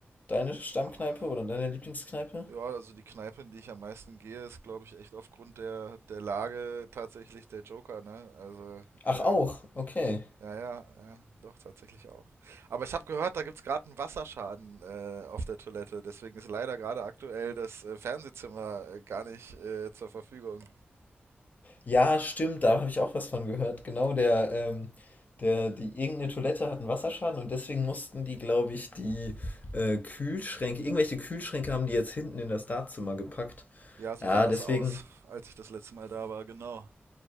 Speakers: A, on the left; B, on the right.
A: deine Stammkneipe
B: Oh,
A: oder deine Lieblingskneipe?
B: Ja, also die Kneipe, in die ich am meisten gehe, ist, glaube ich, echt aufgrund der, der Lage tatsächlich der Joker, ne? Also,
A: Ach,
B: äh,
A: auch, okay.
B: ja, ja, ja, doch, tatsächlich auch. Aber ich habe gehört, da gibt's gerade einen Wasserschaden äh, auf der Toilette. Deswegen ist leider gerade aktuell das äh, Fernsehzimmer äh, gar nicht äh, zur Verfügung.
A: Ja, stimmt, da habe ich auch was von gehört. Genau, der, ähm, der, die irgendeine Toilette hat einen Wasserschaden und deswegen mussten die, glaube ich, die äh, Kühlschränke, irgendwelche Kühlschränke haben die jetzt hinten in das Dartzimmer gepackt.
B: Ja, so
A: Ja,
B: sah das
A: deswegen,
B: aus, als ich das letzte Mal da war, genau.